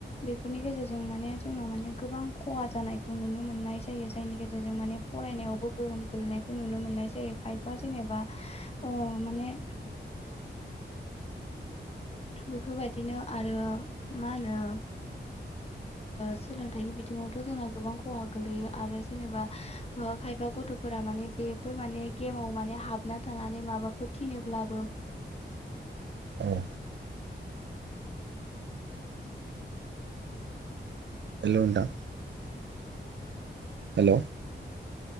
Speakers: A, on the left; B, on the right.
A: बेफोरनि गेजेरजों माने जोंनाव माने गोबां खहा जानायखौ नुनो मोननाय जायो जायनि गेजेरजों माने फरायनायावबो गोहोम गोलैनाय खौ नुनो मोननाय जायो खायफा जेनेबा माने बेफोरबायदिनो आरो मा होनो सोलोंथाइनि बिथिङावथ' जोंना गोबां खहा गोलैयो आरो जेनेबा खायफा गथ' फोरा माने बेफोर माने गेमाव माने हाबना थानानै माबाफोर थिनोब्लाबो
B: औ हेलौ नोंथां हेल'